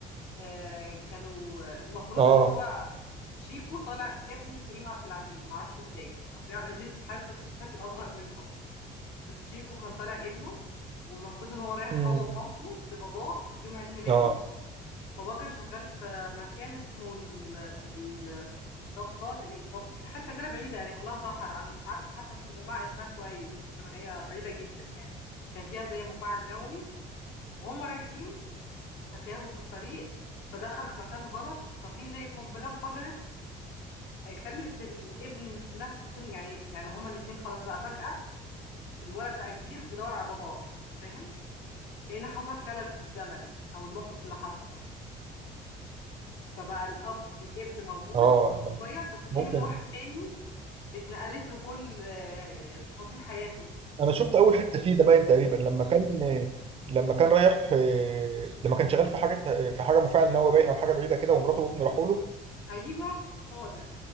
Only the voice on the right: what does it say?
اه
امم
اه
اه
أنا-
ممكن
انا شفت اول حته فيه ده باين تقريبا لما كان لما كان رايح آه، لما كان شغال في حاجه في حاجه مفاعل نووي باين او حاجه بعيده كده ومراته وابنه راحوا له